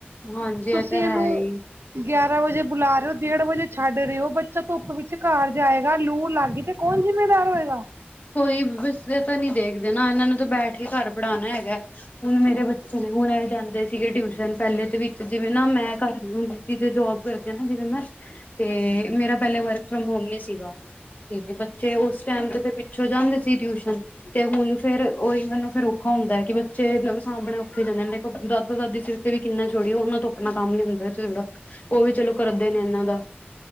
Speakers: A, on the left; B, on the right.
A: ਹਾਂਜੀ
B: ਤੁਸੀਂ
A: ਇਹ ਤਾਂ ਹੈ
B: ਇਹਨੂੰ
A: ਹੀ
B: ਗਿਆਰਾਂ ਵਜੇ ਬੁਲਾ ਰਹੇ ਹੋ, ਡੇਢ ਵਜੇ ਛੱਡ ਰਿਹੇ ਹੋ, ਬੱਚਾ ਧੁੱਪ ਵਿੱਚ ਘਰ ਜਾਏਗਾ, ਲੂ ਲੱਗ ਗ ਤੇ ਕੌਣ ਜ਼ਿੰਮੇਵਾਰ ਹੋਏਗਾ?
A: ਕੋਈ ਵੇਸਵੇ ਤੋ ਨੀ ਦੇਖਦੇ ਨਾ ਇਹਨਾਂ ਨੂੰ ਤਾਂ ਬੈਠ ਕੇ ਘਰ ਪੜ੍ਹਾਉਣਾ ਹੈਗਾ। ਹੁਣ ਮੇਰੇ ਬੱਚੇ ਨੇ ਹੁਣ ਆਏ ਜਾਂਦੇ ਸੀ। ਸੀਗੇ ਟਿਊਸ਼ਨ ਪਹਿਲੇ ਦੇ ਵਿੱਚ ਜਿਵੇਂ ਨਾ ਮੈਂ ਘਰ ਨ ਹੁੰਦੀ ਸੀ ਜ ਜੋਬ ਕਰਦੀ ਨਾ ਜਿਵੇਂ ਮੈਂ ਤੇ ਮੇਰਾ ਪਹਿਲੇ ਵਰਕ ਫਰੋਮ ਹੋਮ ਨੀ ਸੀਗਾ ਤੇ, ਬੱਚੇ ਉਸ ਟੈਮ ਤੇ ਫਿਰ ਛੋ ਜਾਂਦੇ ਸੀ ਟਿਊਸ਼ਨ। ਤੇ ਹੁਣ ਫੇਰ ਉਹੀ ਮੈਨੂੰ ਫੇਰ ਔਖਾ ਹੁੰਦਾ ਕਿ ਬੱਚੇ ਸਾਂਭਣੇ ਔਖੇ ਹੋ ਜਾਂਦੇ ਨੇ ਦਾਦਾ-ਦਾਦੀ ਸਿਰ ਵੀ ਕਿੰਨਾ ਜੋੜਓ ਉਹਨਾਂ ਤੋਂ ਆਪਣਾ ਕੰਮ ਨੀ ਹੁੰਦਾ ਚੋੜਾ ਉਹ ਵੀ ਚਲੋ ਕਰਦੇ ਨੇ ਇਹਨਾਂ ਦਾ,